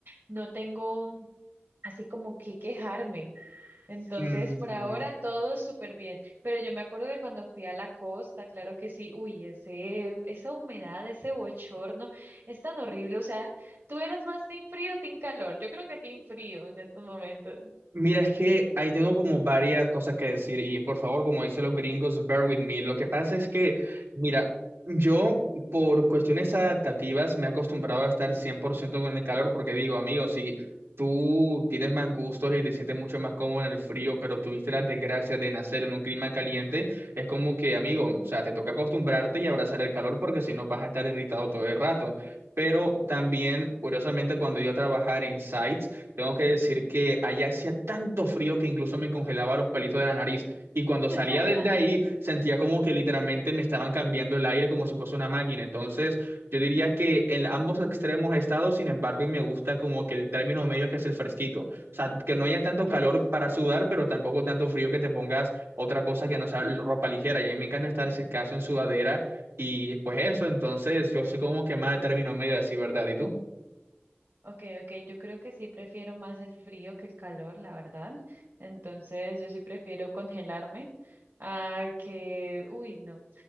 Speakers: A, on the right; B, on the right.
A: no tengo así como que quejarme. Entonces,
B: Mm,
A: por ahora todo súper bien, pero yo me acuerdo que cuando fui a la costa, claro que sí, uy, ese, esa humedad, ese bochorno es tan horrible, o sea, ¿tú eras más team frío o team calor? Yo creo que team frío en estos momentos.
B: Mira, es que ahí tengo como varias cosas que decir y por favor, como dicen los gringos, bear with me. Lo que pasa es que, mira, yo por cuestiones adaptativas me he acostumbrado a estar 100% con el calor porque digo, amigo, si tú tienes más gustos y te sientes mucho más cómodo en el frío, pero tuviste la desgracia de nacer en un clima caliente, es como que, amigo, o sea, te toca acostumbrarte y abrazar el calor porque si no vas a estar irritado todo el rato. Pero también, curiosamente, cuando yo a trabajar en sites, tengo que decir que allá hacía tanto frío que incluso me congelaba los pelitos de la nariz. Y cuando
A: <laughs>
B: salía del de ahí, sentía como que literalmente me estaban cambiando el aire como si fuese una máquina. Entonces, yo diría que en ambos extremos he estado, sin embargo, y me gusta como que el término medio que es el fresquito. O sea, que no haya tanto
A: Ok.
B: calor para sudar, pero tampoco tanto frío que te pongas otra cosa que no sea ropa ligera. Y a mí me encanta estar ese caso en sudadera. Y pues eso, entonces, yo soy como que más de término medio, así, ¿verdad? ¿Y tú?
A: Okay, okay, yo creo que sí prefiero más el frío que el calor, la verdad. Entonces, yo sí prefiero <laughs> congelarme a que, uy, no,